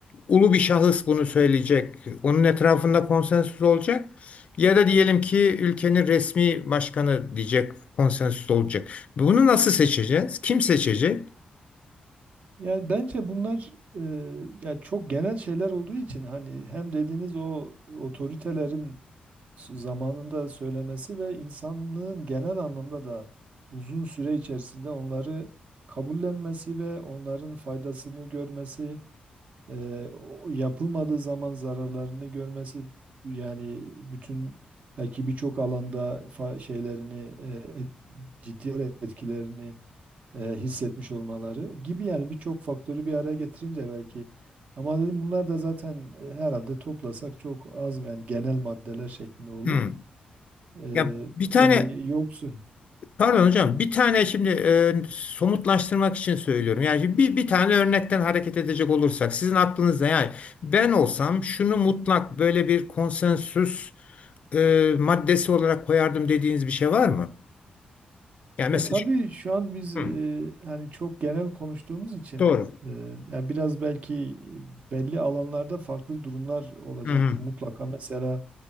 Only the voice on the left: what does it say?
ulu bir şahıs bunu söyleyecek. Onun etrafında konsensüs olacak. Ya da diyelim ki ülkenin resmi başkanı diyecek konsensüs olacak. Bunu nasıl seçeceğiz? Kim seçecek?
Hmm.
Ya bir tane
pardon hocam bir tane şimdi e, somutlaştırmak için söylüyorum. Yani bir, bir tane örnekten hareket edecek olursak sizin aklınızda yani ben olsam şunu mutlak böyle bir konsensüs e, maddesi olarak koyardım dediğiniz bir şey var mı? Yani mesela
şu-
hmm,
doğru.
Hı hı.